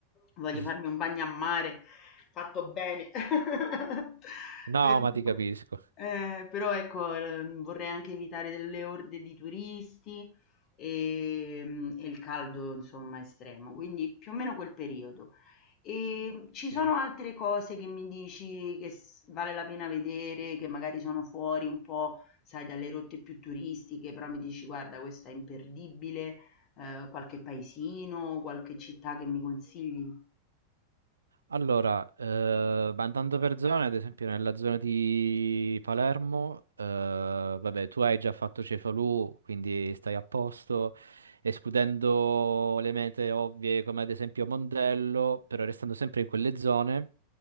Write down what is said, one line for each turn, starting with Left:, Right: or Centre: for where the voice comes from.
Left: Voglio
Right: <laughs>
Left: farmi un bagno a mare fatto bene. <laughs>
Right: No,
Left: Però,
Right: ma ti capisco.
Left: ehm, però ecco, ehm, vorrei anche evitare delle orde di turisti, ehm, e il caldo insomma estremo, quindi più o meno quel periodo. E ci sono
Right: Sì.
Left: altre cose che mi dici che s- vale la pena vedere, che magari sono fuori un po', sai, dalle rotte più turistiche, però mi dici guarda, questa è imperdibile, eh, qualche paesino, qualche città che mi consigli?
Right: Allora, eh, ma andando per zone, ad esempio nella zona di Palermo, eh, vabbè, tu hai già fatto Cefalù, quindi stai a posto, escludendo le mete ovvie come ad esempio Mondello, però restando sempre in quelle zone.